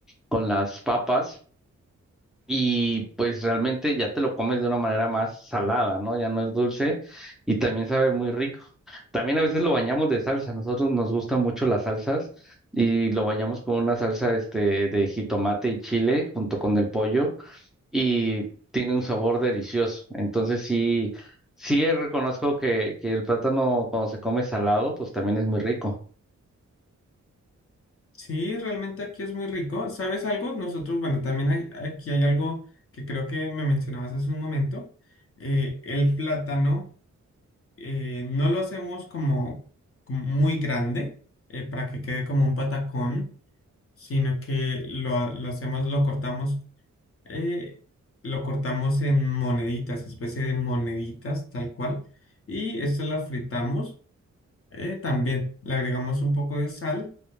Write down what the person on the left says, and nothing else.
Sí, realmente aquí es muy rico. ¿Sabes algo? Nosotros, bueno, también hay- aquí hay algo que creo que me mencionabas hace un momento. Eh, el plátano eh, no lo hacemos como, como muy grande eh, para que quede como un patacón, sino que lo, lo hacemos, lo cortamos. eh, lo cortamos en moneditas, especie de moneditas, tal cual. Y esto la fritamos eh, también. Le agregamos un poco de sal.